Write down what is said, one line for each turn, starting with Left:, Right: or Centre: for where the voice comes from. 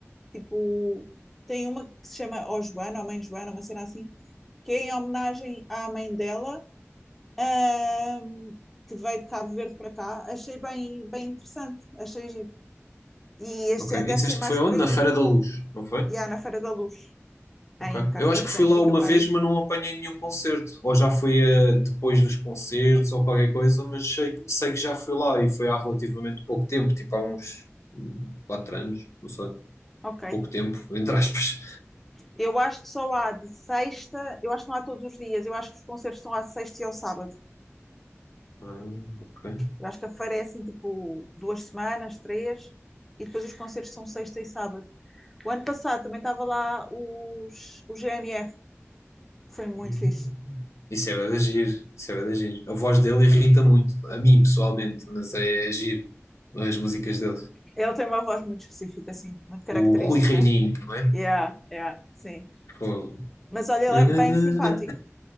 Centre: tipo. Tem uma que se chama Ó Joana, ou Mãe Joana, uma cena assim, que é em homenagem à mãe dela, ahm, que veio de Cabo Verde para cá. Achei bem, bem interessante, achei giro. E este
Left: Ok. E
Centre: ano deve
Left: disseste
Centre: ser mais
Left: que foi onde?
Centre: por aí.
Left: Na Feira da Luz, não foi?
Centre: E há na Feira da Luz,
Left: Ok.
Centre: em Carnido,
Left: Eu acho que fui
Centre: Benfica,
Left: lá uma
Centre: para
Left: vez,
Centre: aí.
Left: mas não apanhei nenhum concerto. Ou já foi eh, depois dos concertos ou qualquer coisa, mas sei, sei que já fui lá e foi há relativamente pouco tempo, tipo há uns hum, quatro anos, não sei.
Centre: Ok.
Left: Pouco tempo, <laughs> entre aspas.
Centre: Eu acho que só há de sexta, eu acho que não há todos os dias, eu acho que os concertos são à sexta e ao sábado.
Left: Ah, ok.
Centre: Eu acho que a feira é assim, tipo, duas semanas, três, e depois os concertos são sexta e sábado. O ano passado também estava lá os, o GNR, foi muito
Left: Hum.
Centre: fixe.
Left: Isso é bué de agir, isso é bué de agir. A voz dele irrita muito, a mim pessoalmente, mas é agir as músicas dele.
Centre: Ele tem uma voz muito específica, assim, muito característica.
Left: O Rui Reininho, não é?
Centre: Yeah, yeah, sim.
Left: Fogo.
Centre: Mas olha, ele
Left: Nananana.
Centre: é bem simpático.